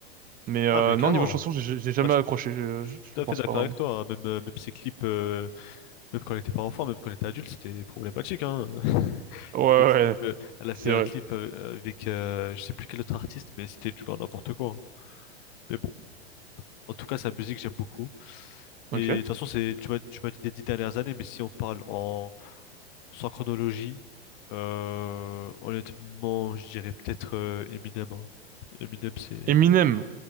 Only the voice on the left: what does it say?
Ah mais clairement.
Ah, je
suis
tout à
fait d'accord
avec toi. hein. Même euh, même ces clips, euh, même quand elle était pas enfant, même quand elle était adulte, c'était problématique. Hein. <laughs> Il
y a Des clips,
euh, elle a
fait un
clip euh, avec euh, je sais plus quel autre artiste, mais c'était du grand n'importe quoi. hein. Mais bon. En tout cas, sa musique, j'aime beaucoup. Et
de toute façon, c'est, tu m'as, tu m'as dit des dix dernières années, mais si on parle en, sans chronologie, euh, honnêtement, je dirais peut-être euh, Eminem. hein. Eminem, c'est...